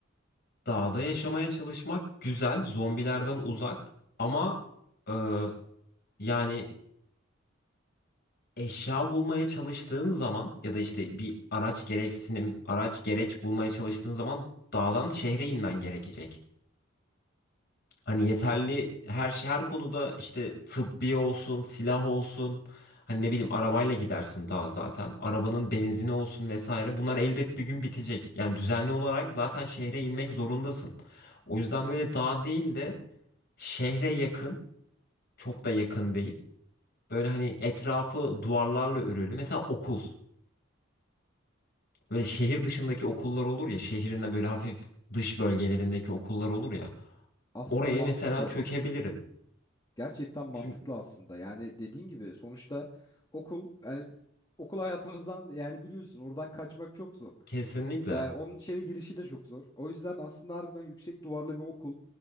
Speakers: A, on the left (about 55°); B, on the left (about 20°).
A: Dağda yaşamaya çalışmak güzel, zombilerden uzak ama e, yani eşya bulmaya çalıştığın zaman ya da işte bir araç gereksinim, araç gereç bulmaya çalıştığın zaman dağdan şehre inmen gerekecek. Hani yeterli her şey her konuda işte tıbbi olsun, silah olsun, hani ne bileyim arabayla gidersin daha zaten. Arabanın benzini olsun vesaire. Bunlar elbet bir gün bitecek. Yani düzenli olarak zaten şehre inmek zorundasın. O yüzden böyle dağ değil de Şehre yakın, çok da yakın değil. Böyle hani etrafı duvarlarla örülü. Mesela okul. Böyle şehir dışındaki okullar olur ya, şehrinden böyle hafif dış bölgelerindeki okullar olur ya.
B: Aslında
A: Oraya
B: mantıklı.
A: mesela çökebilirim.
B: Gerçekten mantıklı
A: Çünkü
B: aslında. Yani dediğin gibi sonuçta okul yani okul <laughs> hayatımızdan yani biliyorsun oradan kaçmak çok zor.
A: kesinlikle.
B: Yani onun içeri girişi de çok zor. O yüzden aslında harbiden yüksek duvarlı bir okul